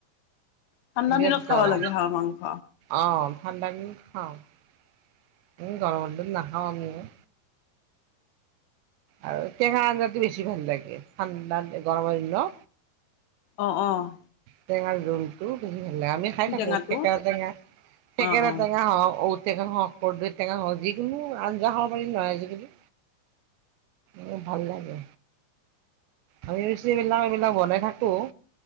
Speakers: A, on the left (about 80°); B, on the right (about 85°).
A: ঠাণ্ডা
B: বিৰাট
A: দিনত খাব
B: গৰম
A: লাগে হাঁহ মাংস।
B: অ'। ঠাণ্ডা দিন খাওঁ গৰমৰ দিন নাখাওঁ আমিও। আৰু টেঙা আঞ্জাতো বছি ভাল লাগে ঠাণ্ডা গৰমৰ দ
A: অ', অ'।
B: টেঙা যুলটো উম। আমি
A: পুঠি
B: খাই থাকো
A: টেঙাটো
B: থেকেৰা টেঙা থেকেৰা
A: অ', অ'।
B: টেঙা হ হওক কৰদৈ টেঙা হওক যিকোনো আঞ্জা খাব পাৰি নহয় আজিকালি। ম ভাল লাগে আমি ৰুচিবিলাক এইবিলাক বনাই থাকো।